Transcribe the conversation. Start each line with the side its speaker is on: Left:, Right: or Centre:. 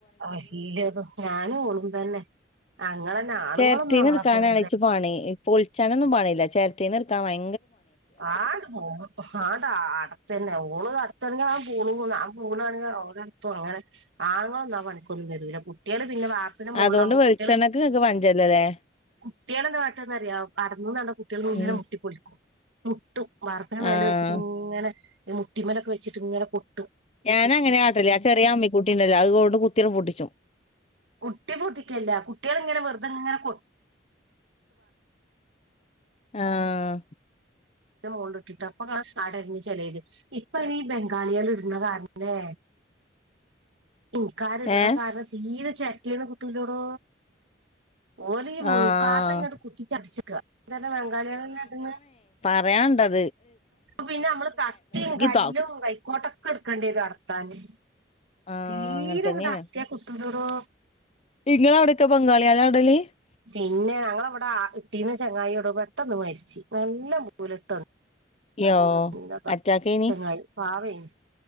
Right: അയ് ഇല്ലത് ഞാനും ഓളും തന്നെ അങ്ങെളെന്നെ ആണുങ്ങളൊന്നും
Left: ചെരട്ടീന്ന്
Right: അങ്ങളെ
Left: എടുക്കാനാണ്
Right: പോലെ
Left: ഇച്ച് പണി പൊളിച്ചാനൊന്നും പണിയില്ല ചെരട്ടേന്ന് എടുക്കാൻ ഫയ
Right: ആഹ് ആഹ് അടത്തന്നെ ഓള് അടത്തന്നെയാവു പൂണ് പോന്നെ ആ പൂണാണെങ്കിൽ ഓരെടത്തും അങ്ങനെ ആണുങ്ങളൊന്നും ഒന്നാ പണിക്കൊന്നും വരില്ല കുട്ടികള് പിന്നെ വാർപ്പിന്റെ മോളിലാവുമ്പോ
Left: അതുകൊണ്ട് വെളിച്ചെണ്ണക്ക്
Right: കുട്ടികള്
Left: ഇങ്ങക്ക് പഞ്ചല്ലല്ലേ
Right: കുട്ടികളെന്താട്ടന്നറിയോ അതൊന്നും വേണ്ട കുട്ടികൾ ഇങ്ങനെ
Left: ഉം
Right: മുട്ടി പൊലിക്കും മുട്ടും വാർപ്പിന് മേലെ
Left: ആഹ്
Right: വെച്ചിട്ട് ഇങ്ങനെ മുട്ടിമലൊക്കെ വെച്ചിട്ട് ഇങ്ങനെ പൊട്ടും
Left: ഞാൻ അങ്ങനെയാ ആട്ടല് ആഹ് ചെറിയ അമ്മിക്കുട്ടി ഉണ്ടല്ലോ അത്കൊണ്ട് കുത്തിന പൊട്ടിച്ചു
Right: കുട്ടി പൊട്ടിക്കല്ല കുട്ടികള് ഇങ്ങനെ വെറുതെ ഇങ്ങനെ കൊ
Left: ആഹ്
Right: അതിന്റെ മോളിൽ ഇട്ടിട്ട് അപ്പൊ അങ്ങ് അടഞ്ഞു ചെലര് ഇപ്പൊ ഇനി ബംഗാളികള് ഇടുന്ന കാരണം കൊണ്ടേ ഇനിക്കാര് ഇടുന്ന
Left: ഏഹ്
Right: കാരണം തീരെ ചെറ്റലിന്ന് കുട്ടൂലടോ ഓര് ഈ മൂക്കാത്ത
Left: ആഹ്
Right: ഇങ്ങോട്ട് കുത്തിച്ചടിച്ചക്കെ ബംഗാളികളെല്ലട്ടന്ന്
Left: പറയാൻ ഉണ്ടത്
Right: പിന്നെ നമ്മള് കത്തിയും കല്ലും
Left: താ
Right: കൈക്കോട്ടൊക്കെ എടുക്കേണ്ടി വരും അറുത്താന്
Left: ആഹ്
Right: തീരെ
Left: അങ്ങനെ തന്നെയാണ്
Right: അങ്ങട്ട് അറത്താ കിട്ടൂല്ലടോ
Left: ഇങ്ങളെ അവിടെക്കെ <unintelligible>
Right: പിന്നെ ഞങ്ങളവിടെ ഇട്ടീന്ന ചെങ്ങായി ടോ പെട്ടന്ന് മരിച്ചു നല്ല മൂലട്ടൊന്ന് <unintelligible>
Left: യോ
Right: <unintelligible> ഇ <unintelligible> ത
Left: അറ്റാക്കേനി
Right: ചങ്ങായി പാവേ നി